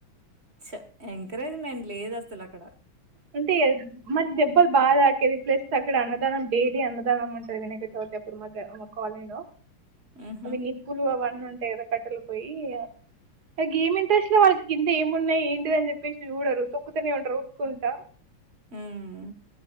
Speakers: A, on the right; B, on the right.
A: ఛ ఎంకరేజ్మెంట్ లేదు అస్సలు అక్కడ
B: అంటే మరి దెబ్బల్ బా తకిరి ప్లస్ అక్కడ అన్నదానం డైలీ అన్నదానం ఉంటంది వినయక చవితి అప్పుడు మధ్యహ్నం మొక్కుకోవ్ అలిలో
A: హుహు.
B: నిప్పులు అవన్నీ ఉంటాయ్ కదా కట్టెల పోయ్యి ఆ గేమ్ ఇంట్రెస్ట్ లో వాళ్ళకి కింద ఏమున్నాయి ఏంటి ఇది అని జెప్పెసి చూడరు తొక్కుతునే ఉంటర్రు ఉరుకున్. ట
A: హ్మ్